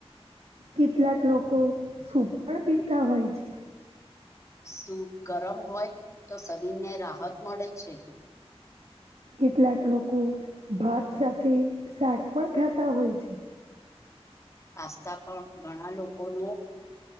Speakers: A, on the right; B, on the left.
A: કેટલાક લોકો સુપ પણ પીતા હોય છે.
B: સૂપ ગરમ હોય તો શરીરને રાહત મળે છે
A: કેટલાક લોકો ભાત સાથે શાક પણ ખાતા હોય છે
B: આસ્તાા પણ ઘણા લોકો ન